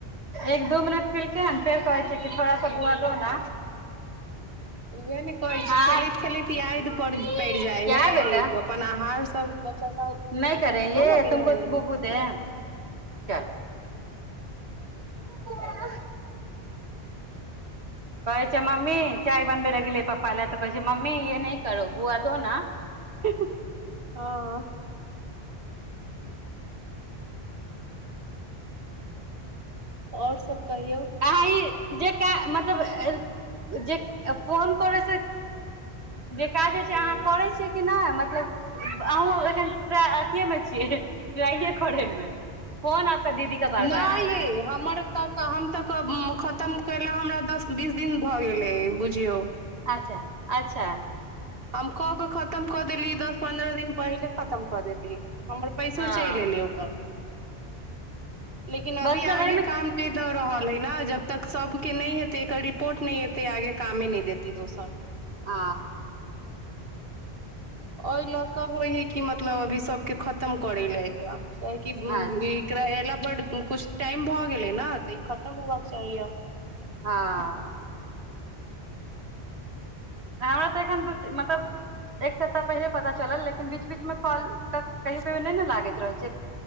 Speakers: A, on the right; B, on the right.
A: एक दू मिनट पिलकेै हन फेर कहै छ कि थोड़ा सा बुआ दो न
B: उह ने कहै
A: हँ
B: छी खेलैत खेलैत याइद
A: क्या
B: पड़ि जाइ है
A: बेटा
B: अपन आहार सब बच्चा सब
A: नहि करे
B: दो
A: ये
B: न मेरे
A: तुमको
B: हैंड
A: बुबु
B: मे
A: दें चलो <unintelligible> कहै छै मम्मी चाय बनबै लए गेलै पप्पा ल तऽ कहै छै मम्मी य नहि करू बुआ दो न <unintelligible>
B: हँ आओर सब कहियौ
A: अहाँ ई जे का मतलब जे फोन करै छै जे काज होइ छै
B: हूँ
A: अहाँ करै छियै कि नहि मतलब अहूँ एखन अथिए मे छियै टराइए करैमे फोन आपका दीदी का बार
B: नहि
A: बार आ रहा
B: ये
A: है
B: हमर त क हम त हम तऽ खतम कयला हमरा दस बीस दिन भऽ गेलै बुझियौ
A: अच्छा अच्छा
B: हम कऽ के खतम कऽ देली दस पन्द्रह दिन पहिले खतम कऽ देली हमर पैसो
A: हँ
B: चैल एलय ओकर लेकिन अभी
A: मतलब
B: आगे
A: एहिमे
B: काम नहि दऽ रहल नै ने जब तक सबके नहि हेतै एकर रिपोर्ट नहि एेतै आगे कामे नहि देतै दोसर
A: आ
B: ओहि लऽ कऽ होइ है कि मतलब अभी सबके खतम करे ले एकरा आकि क बि
A: अच्छा
B: बिक्रहले बड कुछ टाइम भऽ गेलै ने तऽ ई खतम होबाक के चाही आब
A: हँ हमरा तऽ एखन दू मतलब एक सप्ताह पहिले पता चलल लेकिन बीच बीचमे कॉल त कहियो कहियो नै ने लागैत रहैत छै